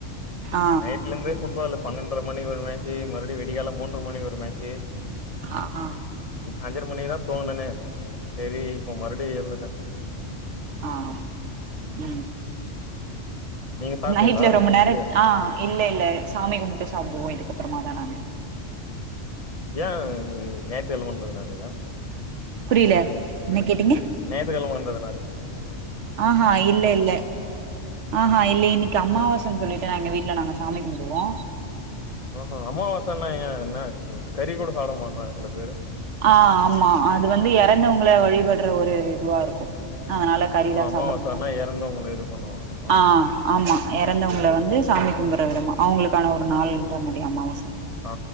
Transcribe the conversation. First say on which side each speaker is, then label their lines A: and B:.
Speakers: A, on the right; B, on the left.
A: ஆ
B: நைட்டுலருந்து ஃபுட்பாலு பன்னென்ர மணி வர மேட்சு மறுபடி வெடிகால மூன்ர மணி வ ர மேச்சு
A: ஆஹ் ஆஹ்
B: அஞ்சர மணி தா தோணுனே சரி இப்போ மறுபடியு இருந்துட்டே
A: ஆஹ் உம்
B: நீங்க சாப்பிட்டீங்களா?
A: நைட்ல ரொம்ப நேரோ
B: இல்லையா?
A: ஆஹ் இல்ல இல்லே சாமி கும்ட்டு சாப் பிடுவோ இதுக்கப்புறமா நானு
B: ஏ <unintelligible>
A: புரியல என்ன கேட்டீங்க
B: நேத்து கிழம வந்நதுனாலயா
A: ஆஹ்ஹா இல்ல இல்ல ஆஹ்ஹா இல்ல இன்னிக்கு அமாவாசன்
B: ம்.
A: சொல்லிட்டு எங்க வீட்டுல நாங்க சாமி கும் பிடுவோ
B: ஓஹோ அமாவாசன ஏ என்ன கறி கூட சாப்ட மாட்றாங்க சில பேரு
A: ஆஹ் ஆமா அது வந்து இறந்தவங்கள வழிபடுற ஒரு இதுவா இருக்கு அதனால கறில்லா
B: ஓ அமாவாசன்னா
A: சாப்பிட மாட்டே
B: எறந்தவங்கள இது பண்ணுவாங்களாமா
A: ஆஹ் ஆமா இறந்தவங்கள
B: ஓகே
A: வந்து
B: ஓகே
A: சாமி கும்புட்ற விதமா அவங்களுக்கான ஒரு நாள்ன்ற மாரி அமாவச
B: ஆ